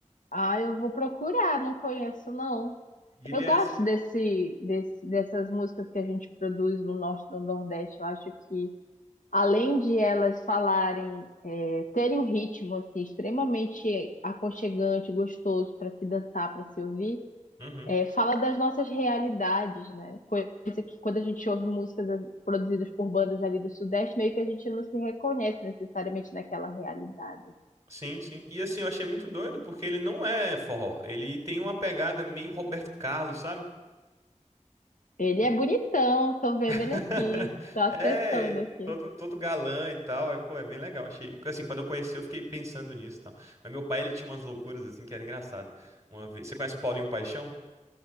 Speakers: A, on the left; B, on the right.
A: Ah, eu vou procurar, não conheço não.
B: E ele
A: Eu
B: é
A: gosto
B: assim.
A: desse, desse, dessas músicas que a gente produz no Norte e no Nordeste. Eu acho que, além de elas falarem, é, terem um ritmo assim, extremamente aconchegante, gostoso para se dançar, para se ouvir,
B: Uhum.
A: é, fala das nossas realidades, né? Coisa que quando a gente ouve músicas produzidas por bandas ali do Sudeste, meio que a gente não se reconhece necessariamente naquela realidade.
B: Sim, sim. E assim, eu achei muito doido porque ele não é forró. Ele tem uma pegada meio Roberto Carlos, sabe?
A: Ele
B: E-
A: é bonitão, tô vendo
B: <laughs>
A: ele aqui, tô acessando
B: É,
A: aqui.
B: todo, todo galã e tal. É, pô, é bem legal. Achei. Assim, quando eu conheci, eu fiquei pensando nisso e tal. Mas meu pai, ele tinha umas loucuras assim que era engraçado. Uma vez. Você conhece o Paulinho Paixão?